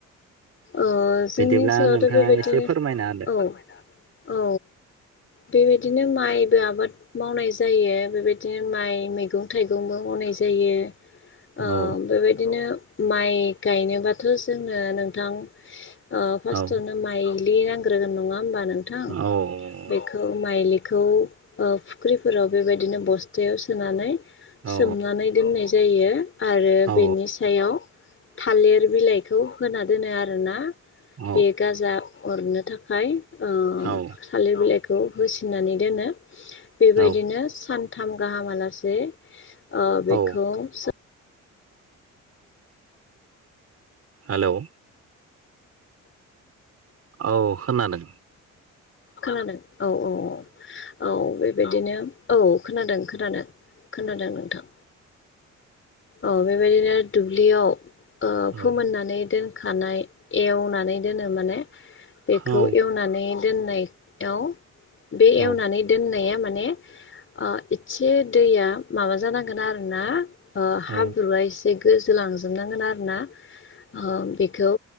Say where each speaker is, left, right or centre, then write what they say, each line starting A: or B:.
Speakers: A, on the left (about 40°); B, on the right (about 55°).
A: ओ जोंनि
B: बिदिब्ला
A: ओनसोलावथ'
B: नोंथाङा
A: बेबायदिनो
B: एसे फोरमायना
A: औ। औ बेबायदिनो माइबो आबाद मावनाय जायो बेबायदि दिनो माइ मैगं थाइगंबो मावनाय जायो। ओ
B: होदो औ
A: बेबायदिनो माइ गायनोबाथ' जोङो नोंथां ओ फासथावनो
B: औ
A: माइ लि नांग्रोगोन नङा होमबा नोंथां?
B: औ
A: बेखौ मायलिखौ ओ फुख्रिफोराव बेबायदिनो बस्थायाव सोनानै
B: औ
A: सोमनानै दोननाय जायो। आरो
B: औ
A: बेनि सायाव थालेर बिलाइ खौ होना दोनो आरोना।
B: औ
A: बे गाजा हरनो थाखाय ओ
B: औ
A: थालिर बिलाइखौ होसिननानै दोनो बेबायदिनो
B: औ
A: सान थाम गाहाम आलासे ओ बेखौ
B: औ
A: सो
B: हालौ औ खोनादों।
A: खोनादों औ औ औ औ बेबायदिनो औ खोनादों खोनादों खोनादों नोंथां। औ बेबायदिनो दुब्लियाव ओ
B: औ
A: फोमोननानै दोनखानाय एवनानै दोनो माने बेखौ
B: औ
A: एवनानै दोननायाव बे
B: औ
A: एवनानै दोननाया माने ओ एसे दैया माबा जानांगोन आरो ना। ओ हाब्रुआ
B: औ
A: एसे गोजोलांजोबनांगोन आरो ना। ओ बेखौ